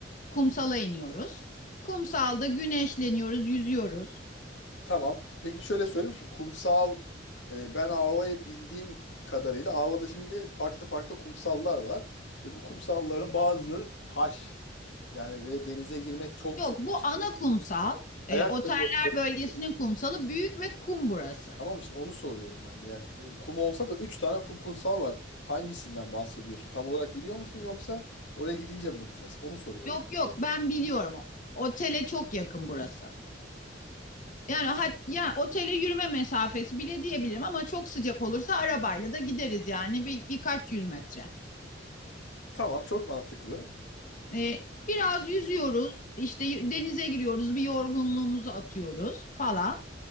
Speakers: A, on the left (about 45°); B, on the left (about 75°).
A: kumsala iniyoruz. Kumsalda güneşleniyoruz, yüzüyoruz.
B: Tamam. Peki şöyle söyleyeyim. Şimdi kumsal e, ben Ava'yı bildiğim kadarıyla Ava'da şimdi farklı farklı kumsallar var. Ve bu kumsalların bazıları taş. Yani ve denize girmek çok
A: Yok
B: zor.
A: bu
B: İşte
A: ana kumsal.
B: ayakkabı.
A: E, oteller bölgesinin kumsalı büyük ve kum burası.
B: Tamam işte onu soruyorum ben de. Yani e, kum olsa da 3 tane kum kumsal var. Hangisinden bahsediyorsun? Tam olarak biliyor musun yoksa oraya gidince mi bulacağız? Onu soruyorum.
A: Yok yok ben biliyorum. Otele çok yakın burası. Yani hat, ya otele yürüme mesafesi bile diyebilirim ama çok sıcak olursa arabayla da gideriz yani bir, birkaç yüz metre.
B: Tamam çok mantıklı.
A: Ee, biraz yüzüyoruz işte y- denize giriyoruz bir yorgunluğumuzu atıyoruz falan.